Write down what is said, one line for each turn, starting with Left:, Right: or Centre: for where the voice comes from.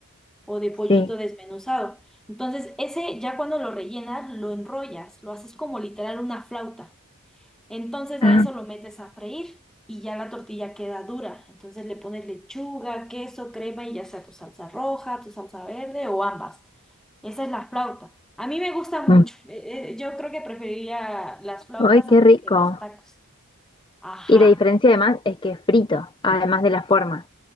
Centre: o de pollito
Left: sí.
Centre: desmenuzado. Entonces, ese ya cuando lo rellenas, lo enrollas, lo haces como literal una flauta. Entonces
Left: Ah,
Centre: a eso lo metes a freír y ya la tortilla queda dura. Entonces le pones lechuga, queso, crema y ya sea tu salsa roja, tu salsa verde o ambas. Esa es la flauta. A mí me gusta mucho.
Left: mm.
Centre: Eh, eh, yo creo que preferiría las flautas
Left: Ay, qué
Centre: antes
Left: rico.
Centre: que los tacos. Ajá.
Left: Y la diferencia además es que es frito, además de la forma.